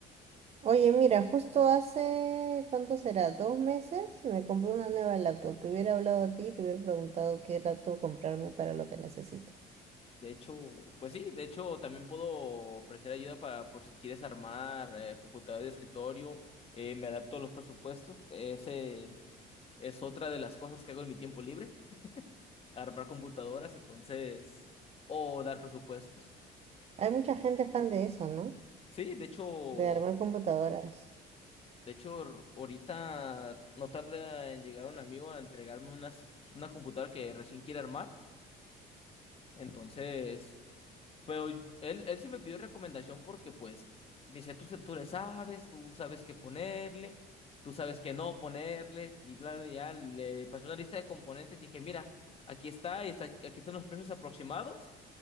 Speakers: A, on the right; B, on the left.
A: Oye, mira, justo hace, ¿cuánto será? ¿Dos meses? Me compré una nueva laptop. Te hubiera hablado a ti y te hubiera preguntado qué laptop comprarme para lo que necesito.
B: De hecho, pues sí, de hecho también puedo ofrecer ayuda para por si quieres armar eh, computadora de escritorio, eh, me adapto a los presupuestos, ese es otra de las cosas que hago en mi tiempo libre, armar computadoras, entonces, o dar presupuestos.
A: Hay mucha gente fan de eso, ¿no?
B: Sí, de hecho,
A: De armar computadoras.
B: de hecho, ahorita no tarda en llegar un amigo a entregarme unas, una computadora que recién quiere armar, entonces... Pero él, él sí me pidió recomendación porque, pues, dice, tú, se- tú le sabes, tú sabes qué ponerle, tú sabes qué no ponerle, y bla, bla, bla. ya. Le pasé una lista de componentes y dije, mira, aquí está, y está- aquí están los precios aproximados.